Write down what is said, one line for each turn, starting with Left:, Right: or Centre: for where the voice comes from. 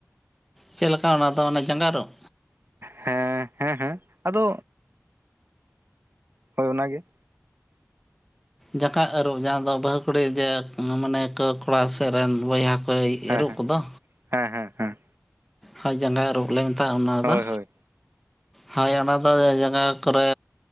Centre: ᱪᱮᱫ ᱞᱮᱠᱟ ᱚᱱᱟᱫᱚ ᱚᱱᱟ ᱡᱟᱸᱜᱟ ᱟᱹᱨᱩᱵ?
Right: ᱦᱮᱸ ᱦᱮᱸ ᱦᱮᱸ ᱟᱫᱚ ᱦᱳᱭ ᱚᱱᱟᱜᱮ।
Centre: ᱡᱟᱠᱟᱛ ᱟᱹᱨᱩᱵ ᱡᱟᱦᱟᱸ ᱫᱚ ᱵᱟᱹᱦᱩ ᱠᱩᱲᱤ ᱡᱮ ᱢᱟᱱᱮ ᱠᱚ ᱠᱚᱲᱟ ᱥᱮᱫ ᱨᱮᱱ ᱵᱚᱭᱦᱟ ᱠᱚ ᱼᱼ ᱠᱚᱭ
Right: ᱦᱮᱸ
Centre: ᱮᱨᱚᱜ
Right: ᱦᱮᱸ
Centre: ᱠᱚᱫᱚ?
Right: ᱦᱮᱸ ᱦᱮᱸ ᱦᱮᱸ
Centre: ᱦᱳᱭ ᱡᱟᱸᱜᱟᱭ ᱟᱹᱨᱩᱵ ᱞᱮ ᱢᱮᱛᱟᱜᱼᱟ ᱚᱱᱟᱫᱚ।
Right: ᱦᱳᱭ ᱦᱳᱭ
Centre: ᱦᱳᱭ ᱚᱱᱟ ᱫᱚ ᱡᱟᱸᱜᱟ ᱠᱚᱨᱮ